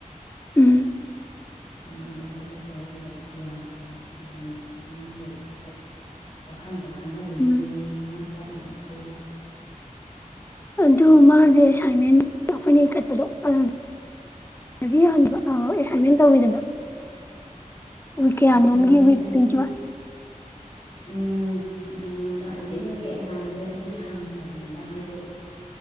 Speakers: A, on the left; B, on the left.
A: ꯎꯝ
B: ꯌꯥꯝꯅ ꯂꯨꯕ ꯄꯦꯄꯔꯁꯨ ꯍꯦꯛ ꯌꯥꯎꯕꯅꯤ ꯑꯗꯨꯅ ꯈꯤꯇꯪꯁꯨ ꯍꯥꯏꯐꯦꯠ ꯄꯥꯈꯟꯁꯨ ꯈꯟꯖꯤꯜꯂꯨꯅꯨ
A: ꯎꯝ
B: ꯌꯦꯡꯉꯒ ꯈꯣꯠꯂꯒ ꯈꯜꯂꯣ
A: ꯑꯗꯨ ꯃꯥꯁꯦ ꯑꯦꯁꯥꯏꯟꯃꯦꯟ ꯑꯩꯈꯣꯏꯅ ꯏꯈꯠꯄꯗꯣ ꯑꯗꯨ ꯗꯒꯤ ꯍꯟꯕ ꯑꯥ ꯑꯦꯁꯥꯏꯟꯃꯦꯟ ꯇꯧꯋꯤꯗꯅ ꯋꯤꯛ ꯀꯌꯥꯅꯣꯡꯒꯤ
B: ꯑꯦꯁꯥꯏꯟꯃꯦꯟꯇꯒꯤ
A: ꯋꯤꯛ ꯇꯣꯏꯟꯇꯤ ꯋꯥꯟ
B: ꯎꯝ ꯎꯝ ꯀꯩꯅꯣꯗ ꯍꯥꯏꯗꯤ ꯅꯣꯏꯒꯤ ꯑꯦꯛꯖꯥꯝꯗ ꯑꯗꯨꯗꯤ ꯍꯪꯗꯕꯅꯤꯗ ꯍꯥꯏꯗꯤ